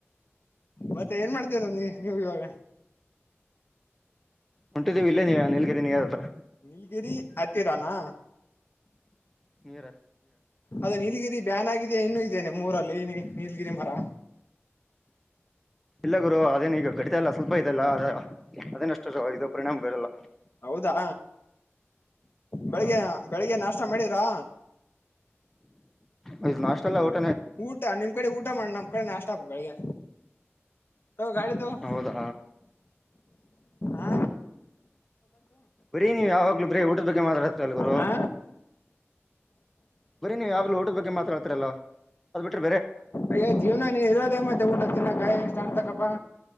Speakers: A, on the left; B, in the centre.
A: ಮತ್ತೆ ಏನ್ ಮಾಡ್ತೀರ ನೀ ನೀವು ಇವಾಗ.
B: ಹೊಂಟಿದ್ದೀವಿ ಇಲ್ಲೇ ನೀ ನೀಲಗಿರಿ ನಿಯರ್ ಹತ್ತಿರ.
A: ನೀಲಗಿರಿ ಹತ್ತಿರ ನಾ.
B: ನೀರ.
A: ಅದ ನೀಲಗಿರಿ ಬ್ಯಾನ್ ಆಗಿದ್ಯಾ ಇನ್ನು. ಇದ್ದೇ ನಿಮ್ಮೂರಲ್ಲಿ ನೀಲ್ಗಿರಿ ಮರ.
B: ಇಲ್ಲ ಗುರು ಅದೇನ ಈಗ ಕಡಿತಾ ಎಲ್ಲ ಸ್ವಲ್ಪ ಇದೆಲ್ಲ ಅ ಅದೇನ ಅಷ್ಟು ಇದು ಪರಿಣಾಮ ಬೀರಲ್ಲ.
A: ಹೌದಾ
B: ಆ,
A: ಬೆಳಿಗ್ಗೆ ಬೆಳಿಗ್ಗೆ ನಾಷ್ಟ ಮಾಡಿರಾ.
B: ಅದ ನಾಷ್ಟ ಅಲ್ಲ ಒಟ್ಟ.
A: ಊಟ ನಿಮ್ ಕಡೆ ಊಟ ಮಾಡ ನಮ್ ಕಡೆ ನಾಷ್ಟ ಆದ ಬೆಳಿಗ್ಗೆ. ತೋ ಗಾಡಿ ತೊಗೊ
B: ಹೌದಾ
A: ಆ.
B: ಬರೀ ನೀವ್ ಯಾವಾಗ್ಲು ಬರೇ ಊಟದ ಬಗ್ಗೆ ಮಾತಾಡ್ತೀಯಲ್ಲ ಗುರು.
A: ಹಾ
B: ಬರೀ ನೀವು ಯಾವಾಗಲೂಊಟದ ಬಗ್ಗೆ ಮಾತಾಡ್ತಿರಲ್ಲ. ಅದ್ ಬಿಟ್ರ,
A: ಅಯ್ಯ ಜೀವನ ನೀ ಇರೋದೇ ಮತ್ತೆ ಊಟ ತಿನಕ್ಕ ಕಾಯ ಇಷ್ಟ ಮಾಡ್ತಕ್ಕಪ್ಪಾ.